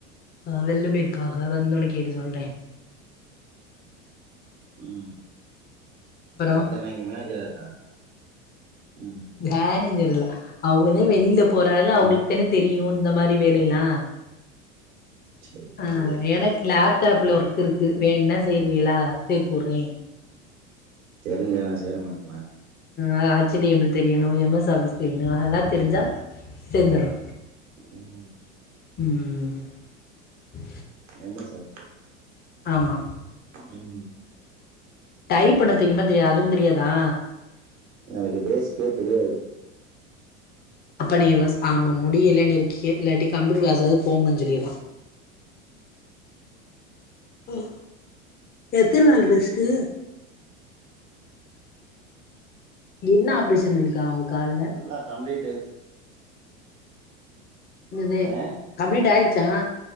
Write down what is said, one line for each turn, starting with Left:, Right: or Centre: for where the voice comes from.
Left: ஆ வெள்ல போய்ருகாக வந்தோனே கேட்டு சொல்றே
Right: ம்
Left: அப்பறோ
Right: உங்கத்த என்ன இங்க மேனேஜரா இருக்காகளா ம்
Left: மேனேஜர் இல்ல அவுகதே வெளில போறாக அவுகளுக்கு
Right: ம்
Left: தான தெரியு இந்த மாரி வேலேல்லா
Right: சேரி
Left: ஆ
Right: சேரி
Left: எனக்கு லேப்டாப்புல ஒர்க் இருக்கு வேணுனா செய்றீகளா சேத்து வுற்றே
Right: தெருஞ்சா நா சேர மாட்டனா
Left: அ ஹச் டி எம் எல் தெரியணு எம் எஸ் ஆஃபிஸ் தெரியணு
Right: ம்
Left: அதல்லா தெருஞ்சா சேந்தர்லா
Right: ம் ம்
Left: ம் ம்
Right: எம் எஸ் ஆஃபீஸா
Left: ஆமா
Right: ம்
Left: டைப் பண்ண தெரியுமா தெரியாதா அதுவு தெரியாதா
Right: எனக்கு பேசிக்கே தெரியாது
Left: அப்போ நீங்க ஆம முடிய இல்லைன்னுறக்க இல்லாட்டி கம்ப்யூட்டர் கிளாஸாவது போங்கன்னு சொல்லிறல ம் எத்தினி நாள் ரெஸ்ட்டு என்ன ஆப்ரேஷன் பண்ணிருக்கா உங்க கால்ல
Right: ல்ல கம்ப்ளீட்டு்
Left: ஞ்சந்தே
Right: ஆ
Left: கம்ப்ளீட் ஆயிடுச்சா